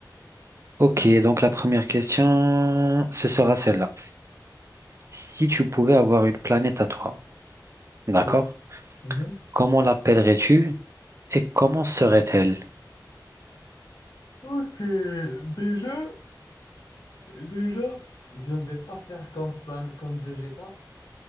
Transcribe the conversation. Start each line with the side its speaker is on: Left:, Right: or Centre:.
Right: Ok, donc la première question, ce sera celle-là. Si tu pouvais avoir une planète à toi, d'accord?
Left: Oui. Mhm.
Right: Comment l'appellerais-tu et comment serait-elle?
Left: Ok, déjà, déjà, je ne vais pas faire comme, plan- comme Vegeta